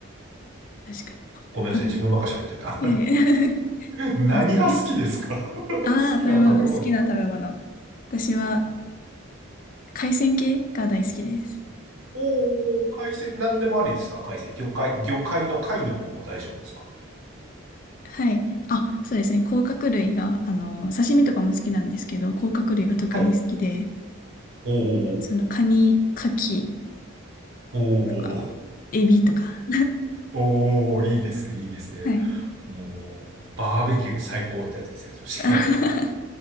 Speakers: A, on the left; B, on the right.
A: 確かに。
B: ごめんなさい、
A: あ、
B: 自分ばっか喋ってるな。
A: いやいや。<laughs>
B: <laughs> 何が好きですか
A: うん炊
B: <laughs> 好
A: ああ、
B: きな食べ物。
A: 食べ物、好きな食べ物。私は海鮮系が大好きです。
B: おー、海鮮、何でもありですか海鮮。魚介、魚介の貝の方も大丈夫ですか
A: はい。あ、そうですね。甲殻類が、あの、刺身とかも好きなんですけど、甲殻類が特に好きで、
B: はい。おー
A: そのカニ、カキ
B: お
A: とか、
B: ー、
A: エビとか。
B: おー、いいですね、いいですね。
A: はい。
B: もう、バーベキュー最高ってやつですね、そしたら。
A: <laughs> あはは